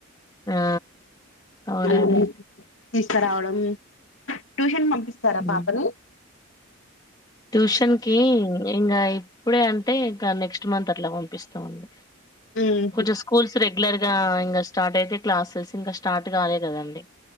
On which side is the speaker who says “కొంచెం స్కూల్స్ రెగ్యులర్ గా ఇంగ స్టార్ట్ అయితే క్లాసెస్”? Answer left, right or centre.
Left